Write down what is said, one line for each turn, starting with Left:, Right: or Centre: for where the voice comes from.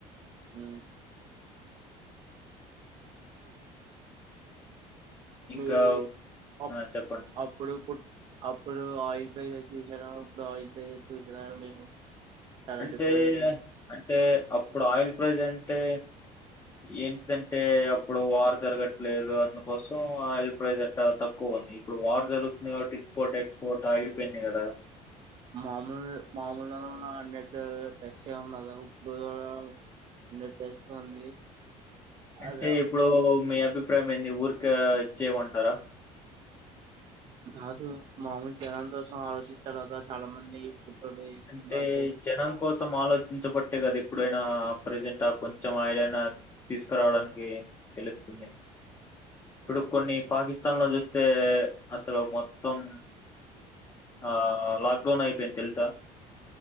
Right: ఊ
Left: ఇంకా
Right: మీరు అప్
Left: ఆ చెప్పండి
Right: అప్పుడు పుట్ అప్పుడు ఆయిల్ పేస చూసార ఇప్పుడు ఆయిల్ పేస చూసారా మీరు చాలా
Left: అంటే
Right: డిఫరెంట్ ఉంది.
Left: అంటే అప్పుడు ఆయిల్ ప్లాంట్ అంటే ఏంటంటే అప్పుడు వార్ జరగట్లేదు. అందుకోసం ఆయిల్ ప్రైస్ అట్టా తక్కువ ఉంది. ఇప్పుడు వార్ జరుగుతుంది. కాబట్టి ఇంపోర్ట్ ఎక్స్పోర్ట్ ఆగిపోయింది కదా.
Right: మామూల్ మామూలు అన్నిట్ ప్లసే ఉంది కదా ఉప్పు కూడ అన్ని టేస్ ఏ ఉంది
Left: అంటే
Right: అదా
Left: ఇప్పుడు మీ అభిప్రాయం ఏంది ఊరిక ఇచ్చేయమంటారా
Right: చ మహమ్మద్ జహ స ఆచ చాలా మంది ఫోటోలు
Left: అంటే
Right: నా చేతిగా
Left: జనం కోసం ఆలోచ చర్చించబట్టే కదా ఇప్పుడైనా ప్రజెంట్ ఆ కొంచెం ఆయలైనా తీసుకురావడానికి తెలుస్తుంది ఇప్పుడు కొన్ని పాకిస్తాన్ లో చూస్తే అసలు మొత్తం ఆ లాక్డౌన్ అయిపోయింది తెలుసా